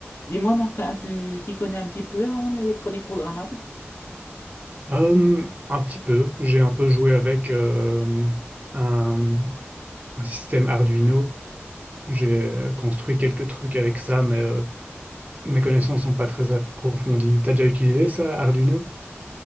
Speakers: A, on the left (about 55°); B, on the right (about 35°).
A: Dis-moi, Martin, tu t'y connais un petit peu en électronique programmable?
B: Euh, un petit peu. J'ai un peu joué avec euh, un, un système Arduino. J'ai construit quelques trucs avec ça, mais euh, mes connaissances sont pas très approfondies. T'as déjà utilisé ça, Arduino?